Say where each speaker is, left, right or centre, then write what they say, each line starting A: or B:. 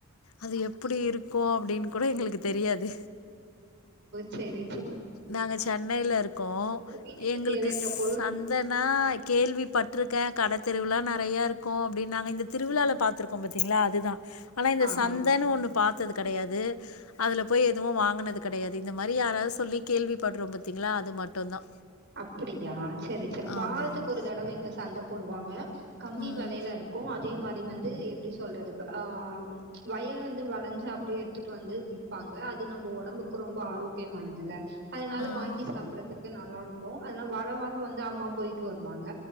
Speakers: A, on the left; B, on the right.
A: அது எப்புடி இருக் கும் அப்டின்னு கூட எங்களுக்குத் தெரியாது
B: செரி
A: நாங்க சென்னையில இருக்கோம்
B: இருக்கு. வீட்டுக்கு
A: எங்களுக்கு
B: தேவைன்ற
A: ஸ்
B: பொருள்
A: சந்தன்னா கேள்வி பட்ரிக்கே கட தெருவுளா நறையாருக்கும் அப்டின்னாங்க இந்த திருவிழாளப் பாத்துருப் போம் பாத்தீங்களா அதுதா ஆனா இந்த
B: ஆ.
A: சந்தனு ஒன்னு பாத் தது கெடயாது அதுல போய் எதுவும் வாங்குனது கெடயாது இந்த மாரி யாராவது சொல்லிக் கேள்விப் பட்றோம் பாத்தீங்களா அது மட்டுந்தா
B: அப்புடியா செரி செர் வாரத்துக்கு
A: ஆமா ஆமா
B: ஒரு தடவை இங்க சந்தப் போடுவாங்க கம்மி
A: ம்
B: வெலெயில இருக்கு அதே மாரி வந்த் து எப்டி சொல்றது வ ஆஹ் வயலந்து வெளஞ்சி அப்டியே எட்த்துட்டு வந்து விப்பாங்க அது நம்ப ஒடம்புக்கு ரொம்ப ஆரோக்கியமானதுல்ல அதனால
A: ஆ
B: வாங்கி சாப்புறத்துக்கு நல்லா இருக் கும் அதுனா வார வாரம் வந்து அம்மா போயிட்டு வருவாங்க